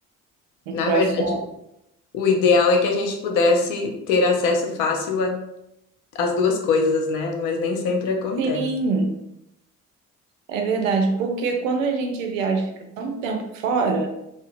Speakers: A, on the right (about 70°); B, on the left (about 50°).
A: Um
B: Na
A: croissant.
B: verdade, O ideal é que a gente pudesse ter acesso fácil a- às duas coisas, né? Mas nem sempre acontece.
A: Sim. É verdade, porque quando a gente viaja e fica tanto tempo fora,